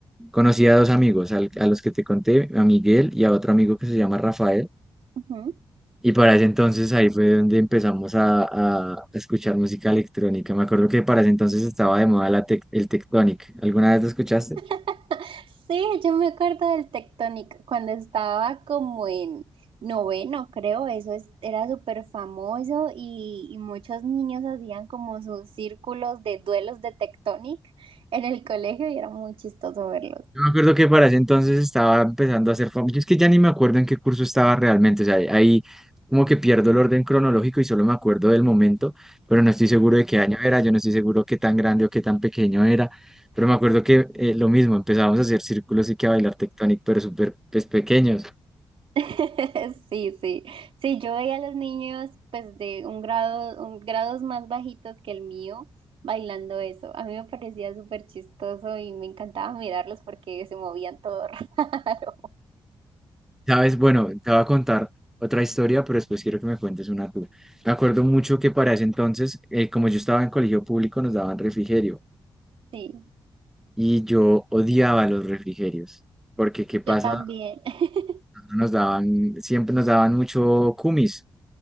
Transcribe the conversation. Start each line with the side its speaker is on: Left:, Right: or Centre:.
Centre: conocí a dos amigos, al- a los que te conté, a Miguel y a otro amigo que se llama Rafael.
Right: Ujú.
Centre: Y para ese entonces ahí fue donde empezamos a, a- a escuchar música electrónica. Me acuerdo que para ese entonces estaba de moda la tec- el Tectonic. ¿Alguna vez lo escuchaste?
Right: <laughs> Sí, yo me acuerdo del Tectonic cuando estaba como en noveno, creo, eso es- era súper famoso y, y muchos niños hacían como sus círculos de duelos de Tectonic en el colegio y era muy chistoso verlos.
Centre: Yo me acuerdo que para ese entonces estaba empezando a hacer famoso. Es que ya ni me acuerdo en qué curso estaba realmente. O sea, ahí como que pierdo el orden cronológico y solo me acuerdo del momento, pero no estoy seguro de qué año era, yo no estoy seguro qué tan grande o qué tan pequeño era. Pero me acuerdo que eh, lo mismo, empezábamos a hacer círculos y que a bailar tectónico, pero súper pues, pequeños.
Right: <laughs> Sí, sí, sí, yo veía a los niños pues de un grado, un, grados más bajitos que el mío bailando eso. A mí me parecía súper chistoso y me encantaba mirarlos porque se movían todo <laughs> raro.
Centre: ¿Sabes? Bueno, te voy a contar otra historia, pero después quiero que me cuentes una tú. Me acuerdo mucho que para ese entonces, eh, como yo estaba en colegio público, nos daban refrigerio.
Right: Sí,
Centre: y yo odiaba los refrigerios, porque ¿qué pasa?
Right: yo también. <laughs>
Centre: Nos daban, siempre nos daban mucho kumis,